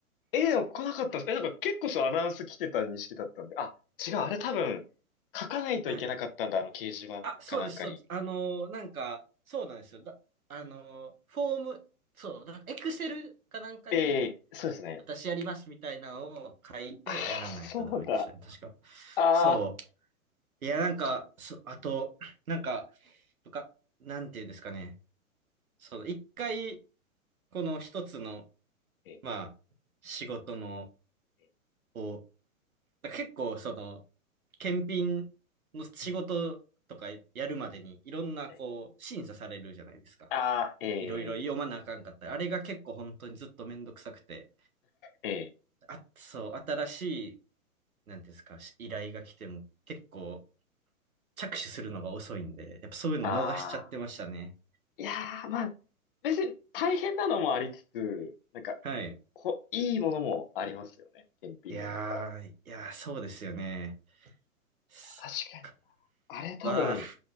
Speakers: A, on the left; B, on the right.
A: え、でも来なかったんです。え、なんか結構そうアナウンス来てた認識だったんで。あ、違う、あれ多分、書かないといけなかったんだ、
B: はい。
A: あの掲示板かなんかに。
B: あ、そうです、そうです。あのーなんか、そうなんですよ。だ、あのーフォーム、そう、だエクセルかなんかに、
A: ええ、そうですね。
B: 私やりますみたいなのを書いてやらないとダメでしたね。
A: ああそうだ。
B: 確か。
A: ああ
B: そう。いや、なんか、
A: そう、
B: そ、あと、なんか、とか、なんていうんですかね。その、一回、この一つの、
A: え
B: まあ、仕事の、
A: ええ
B: を、だ結構、その、検品の仕事とかやるまでに、
A: えうん、
B: いろんな、
A: ええ
B: こう、審査されるじゃないですか。
A: あー、え
B: いろいろ読まなあかんかったり。あれが結構本当にずっとめんどくさくて。
A: ええ
B: あ、そう、新しい、なんていうんですか、依頼が来ても結構
A: え
B: 着手するのが遅いんで、やっぱそういうの逃しちゃってましたね。
A: ああいやー、まあ、別に大変なのもありつつ、なんか、
B: はい。
A: ほ、いいものもありますよね、検品の中。
B: いやー、いやー、そうですよね。そっか。
A: 確かに。あれ多分、
B: うわ